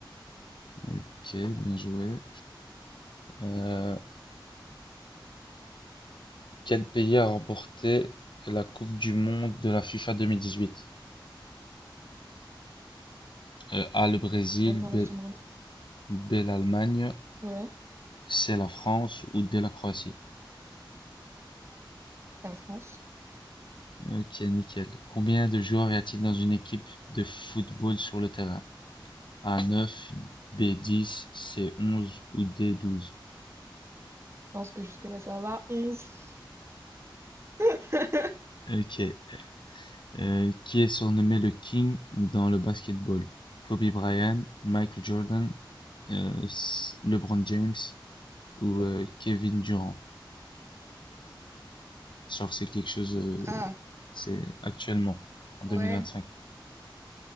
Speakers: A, on the left (about 70°); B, on the right (about 30°).
A: Ok, bien joué. Euh, quel pays a remporté la Coupe du Monde de la FIFA 2018 Euh, A. Le Brésil,
B: Attends,
A: B.
B: là, je me rem-
A: B, L'Allemagne,
B: Ouais,
A: C. La France ou D. La Croatie.
B: la France.
A: Ok, nickel. Combien de joueurs y a-t-il dans une équipe de football sur le terrain A. 9, B. 10, C. 11 ou D. douze
B: Je pense que jusque-là, ça va. Onze. <laughs>
A: Ok, euh, qui est surnommé le King dans le basketball. Kobe Bryant, Michael Jordan, euh, LeBron James ou euh, Kevin Durant. Genre, c'est quelque chose, euh,
B: Ah,
A: c'est actuellement, en 2025.
B: ouais.